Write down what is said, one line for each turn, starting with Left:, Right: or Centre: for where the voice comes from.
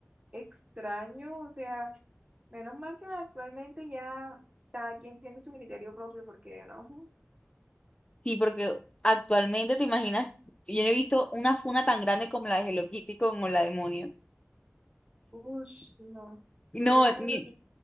Right: extraño, o sea, menos mal que actualmente ya cada quien tiene su criterio propio, porque no,
Left: Sí, porque actualmente te imaginas, yo no he visto una funa tan grande como la de Hello Kitty con Hola Demonio.
Right: uff, no,
Left: No,
Right: esa
Left: ni,
Right: es lo que,